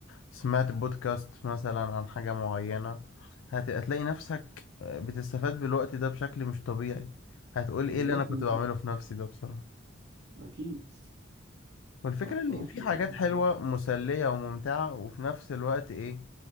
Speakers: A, on the left; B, on the right.
A: سمعت بودكاست مثلا عن حاجة معينة هت- هتلاقي نفسك بتستفاد بالوقت ده بشكل مش طبيعي هتقول
B: مليون
A: ايه اللي انا
B: في
A: كنت
B: المية
A: بعمله في نفسي ده بصراحة
B: أكيد
A: والفكرة
B: فبصراحة
A: إن في
B: الموضوع
A: حاجات حلوة
B: مهم.
A: مسلية وممتعة وفي نفس الوقت إيه,